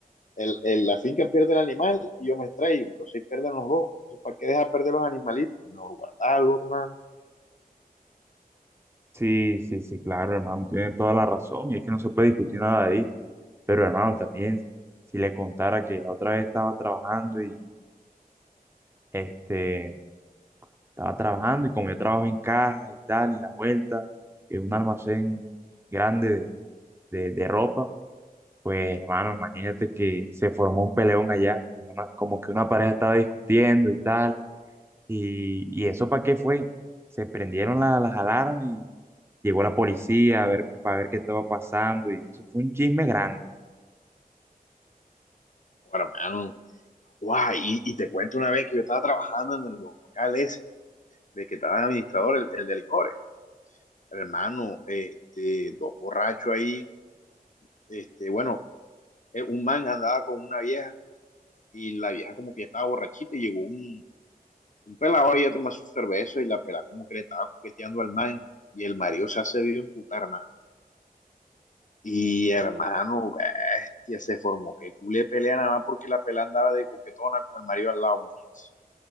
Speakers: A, on the left (about 55°); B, on the right (about 15°).
A: el, el, la finca pierde el animal y yo me extraigo, entonces ahí pierden los dos. Entonces, ¿Para qué dejar perder los animalitos? Mejor guardarlo, hermano.
B: Sí, sí, sí, claro, hermano, tiene toda la razón, y es que no se puede discutir nada de ahí. Pero, hermano, también, si le contara que la otra vez estaba trabajando y, este, estaba trabajando, y como yo trabajo en caja y tal, y la vuelta, en un almacén grande de, de ropa, pues hermano, imagínate que se formó un peleón allá, como, una- como que una pareja estaba discutiendo y tal, y, y eso para qué fue, se prendieron la- las alarmas y llegó la policía a ver, para ver qué estaba pasando, y eso fue un chisme grande.
A: Bueno, hermano, guau, y, y te cuento una vez que yo estaba trabajando en el local ese, de que estaba el administrador, el, el de licores. Hermano, este, dos borrachos ahí, este, bueno, eh, un man andaba con una vieja y la vieja como que estaba borrachita y llegó un, un pelado ahí a tomar su cerveza y la pelada como que le estaba coqueteando al man y el marido se hace vivo putar, hermano. Y hermano, bestia, se formó que culé pelea nada más porque la pelada andaba de coquetona con el marido al lado, imagínense.